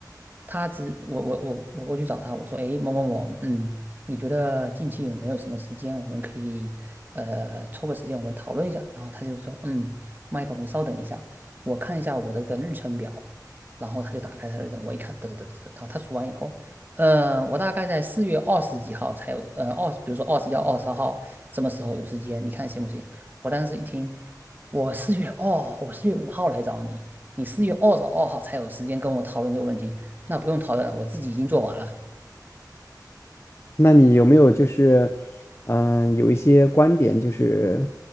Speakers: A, on the right (about 25°); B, on the left (about 40°).
A: 他只我我我我过去找他，我说，哎某某某，嗯，你觉得近期有没有什么时间，我们可以呃抽个时间我们讨论一下？然后他就说，嗯，Michael，你稍等一下，我看一下我的个日程表。然后他就打开他的日程，我一看，得得得得得，然后他数完以后，呃，我大概在四月二十几号才有，呃，二，比如说二十一号、二十二号什么时候有时间，你看行不行？我当时一听，我四月哦，我四月五号来找你，你四月二十二号才有时间跟我讨论这个问题，那不用讨论了，我自己已经做完了。
B: 那你有没有就是，嗯、有一些观点就是，